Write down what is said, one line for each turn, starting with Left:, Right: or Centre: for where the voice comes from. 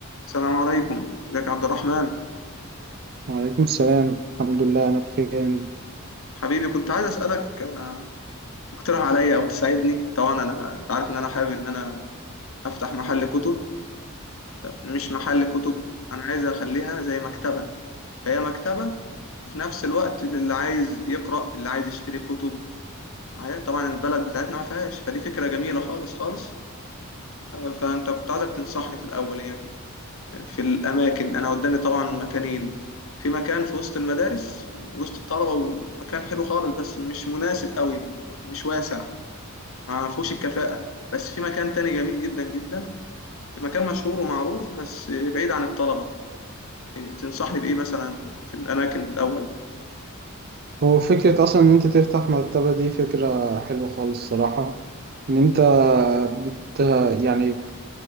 Left: السلام عليكم ازيك يا عبد الرحمن
Right: وعليكم السلام الحمد لله أنا بخير
Left: حبيبي كنت عايز اسالك آه، تقترح عليا او تساعدني طبعا انا انت عارف ان انا حابب ان انا افتح محل كتب مش محل كتب انا عايز اخليها زي مكتبه فهي مكتبه وفي نفس الوقت اللي عايز يقرا اللي عايز يشتري كتب معايا طبعا البلد بتاعتنا ما فيهاش فدي فكره جميله خالص خالص آه، فانت كنت عايزك تنصحني في الاول يعني في الأماكن أنا قدامي طبعا مكانين في مكان في وسط المدارس وسط الطلبة ومكان حلو خالص بس مش مناسب قوي مش واسع ما فيهوش الكفاءة بس في مكان تاني جميل جدا جدا في مكان مشهور ومعروف بس بعيد عن الطلبة تنصحني بإيه مثلا في الأماكن الأول
Right: هو فكرة أصلا إن أنت تفتح مكتبة دي فكرة حلوة خالص الصراحة إن أنت بت يعني